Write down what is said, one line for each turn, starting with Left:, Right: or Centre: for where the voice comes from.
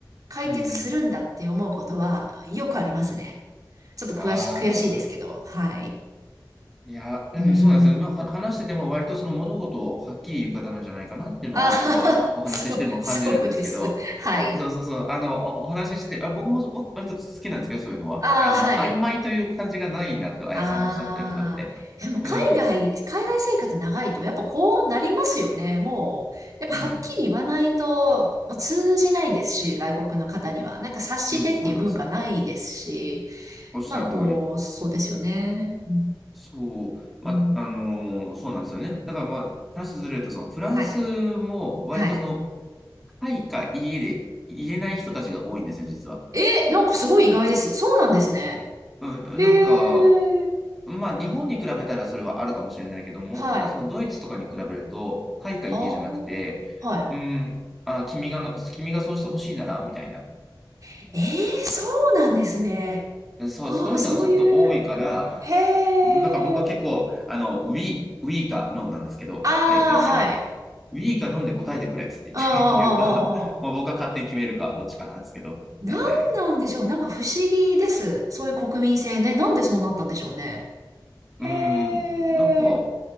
Right: 解決するんだって思うことはよくありますね。
Centre: うんうん。
Right: ちょっと悔し、
Centre: あ
Right: 悔しいですけど、
Centre: あ。
Right: はい。
Centre: いや、うん、
Right: うーん。
Centre: そうなんですよ。まあ、は話してても割とその物事をはっきり言う方なんじゃないかなっていうのは僕はお話ししても感じるんですけど、
Right: あははそう、そうです。はい。
Centre: そうそうそう、あの、おお話ししてて、あ、僕も、僕割と好きなんですけど、そういうのは。
Right: ああ、
Centre: あの、
Right: はい。
Centre: 曖昧という感じがないなと、あやさんおっしゃってることって。
Right: ああ、でも海外、
Centre: うん、
Right: 海外生活長いとやっぱこうなりますよね。もう、やっぱはっきり言わないともう通じないですし、
Centre: うん、
Right: 外国の方には。なんか察してっていう文化ないですし、
Centre: うん、そうなんです。おっしゃる通り。
Right: まあこう、そうですよね。う
Centre: そう、まあ、
Right: ん、うん
Centre: あのーそうなんですよね。だからまあ、話ずれると、そのフランスも割とその
Right: はい。はい。
Centre: はいかいいえで言えない人たちが多いんですよ、実は。
Right: えー、なんかすごい意外です。そうなんですね。
Centre: うん、
Right: へえ、
Centre: なんか、まあ日本に比べたらそれはあるかもしれないけども、
Right: はい。
Centre: ただそのドイツとかに比べると、
Right: あ
Centre: はいかいいえじゃなくて、
Right: あ、は
Centre: うん、あ、君がの、君がそうしてほしいなら、みたいな。
Right: い。えー、そうなんですね。
Centre: そう、
Right: ああ、
Centre: そういうのがちょっと多いから、
Right: そういう。へ
Centre: なんか僕は結構、
Right: え。
Centre: あの、we, we か飲 o なんですけど、
Right: ああ、
Centre: はいかいいえは。
Right: はい。
Centre: ウィーか飲んで答えてくれっつって言って
Right: ああ、ああ、
Centre: <laughs> 言うか、まあ僕は勝手に決めるか、
Right: ああ。
Centre: どっちかなんですけど、
Right: なんなんでしょう。
Centre: 大体。
Right: なんか不思議です。そういう国民性ね。なんでそうなったんでしょうね。へえ、
Centre: うーん、なんか、